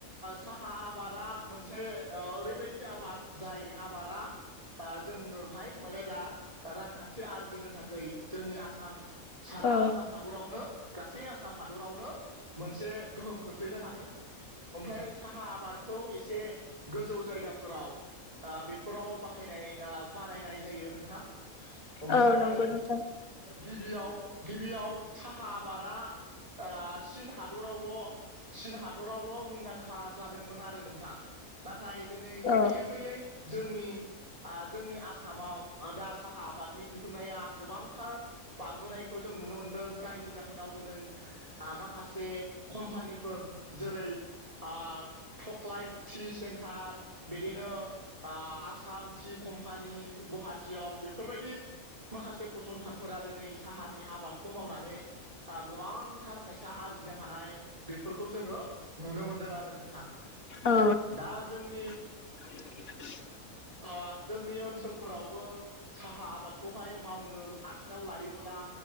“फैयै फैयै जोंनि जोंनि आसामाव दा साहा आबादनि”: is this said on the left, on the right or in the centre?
Right